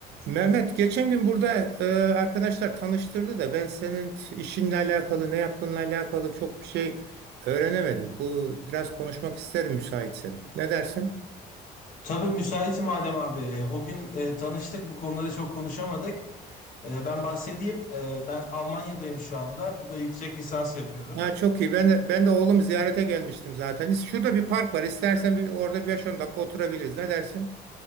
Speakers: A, on the right; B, on the left.
A: Mehmet geçen gün burada e, arkadaşlar tanıştırdı da ben senin t- işinle alakalı ne yaptığınla alakalı çok bir şey öğrenemedim. Bu biraz konuşmak isterim müsaitsen. Ne dersin?
B: Tabii müsaitim Adem abi. E, O gün e, tanıştık, bu konuları çok konuşamadık. E, ben bahsedeyim. E, ben Almanya'dayım şu anda. Burada yüksek lisans yapıyorum.
A: Ha, çok iyi. Ben de, ben de oğlum ziyarete gelmiştim zaten. İs- Şurada bir park var. İstersen bir, orada bir 5-10 dakika oturabiliriz. Ne dersin?